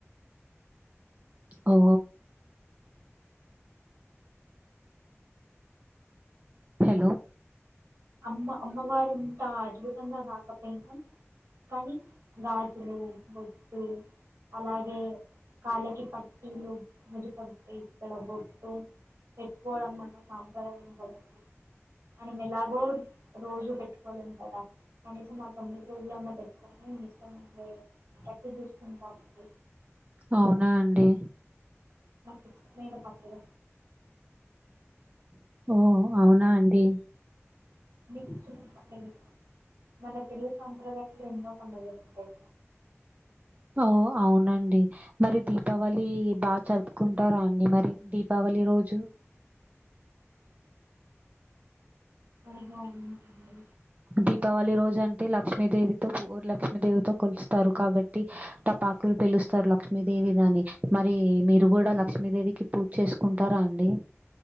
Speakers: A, on the right; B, on the right.
A: ఓ హలో
B: అమ్మ అమ్మవారుంతా అద్భుతంగా రాకపోయినా కానీ గాజులు బొట్టు అలాగే కాళ్ళకి పట్టీలు మదుటక్కడ బొట్టు పెట్టుకోవడం మన సాంప్రదాయం కా ఉంది మనం ఎలాగ ో రోజు పెట్టుకోలేను కదా కనీసం మా తొమ్మిది రోజులన్నా పెట్టుకని నే ఇష్టమ గట్టి చూసుకుంటామండి
A: అవునా అండి
B: ఓకే మీను పాకుద
A: ఓ అవునా అండి
B: మీకిష్టమైన పండుగలు ఏమున్నాయి మన తెలుగు సాంప్రదాయాంలో ఎన్నో పండుగలు ఉంటాయి
A: ఓ అవునండి మరి దీపావళి బాగా జరుపుకుంటారా అండి మరి దీపావళి రోజు
B: ఓహో అవునండి
A: దీపావళి రోజు అంటే లక్ష్మీదేవితో పూ లక్ష్మీదేవితో కొలుస్తారు కాబట్టి టపాకులు పేలుస్తారు లక్ష్మీదేవి దని మరి మీరు కూడా లక్ష్మీదేవికి పూజ చేసుకుంటారా అండి